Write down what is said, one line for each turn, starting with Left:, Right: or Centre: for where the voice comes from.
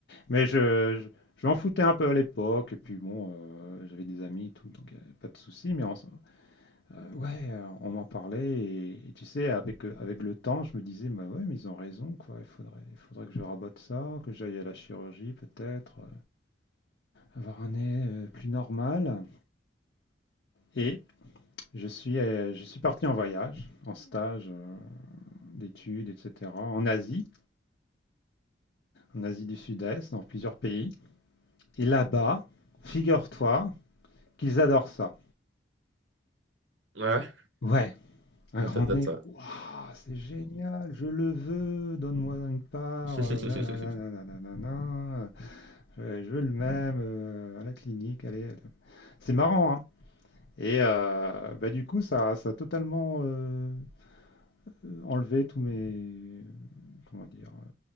Left: mais je, je, je m'en foutais un peu à l'époque. Et puis bon, euh, j'avais des amis et tout, donc il n'y avait pas de souci. Mais on, s- euh, Ouais, euh, on m'en parlait et, et tu sais, avec, euh, avec le temps, je me disais, bah ouais, mais ils ont raison, quoi. Il faudrait, il faudrait que je rabote ça, que j'aille à la chirurgie peut-être, euh, avoir un nez euh, plus normal. Et je suis, euh, je suis parti en voyage, en stage euh, d'études, etc., en Asie, en Asie du Sud-Est, dans plusieurs pays. Et là-bas, figure-toi qu'ils adorent ça.
Right: Ouais,
Left: Ouais, Un
Right: Ah,
Left: grand
Right: peut-être.
Left: nez,
Right: Ouais.
Left: waouh, c'est génial, je le veux, donne-moi une part,
Right: <laughs>
Left: euh, nanana, nanana, nanana, euh, je veux le même euh, à la clinique, allez. C'est marrant, hein. Et euh, bah, du coup, ça, ça a totalement euh, euh, enlevé tous mes, comment dire, euh,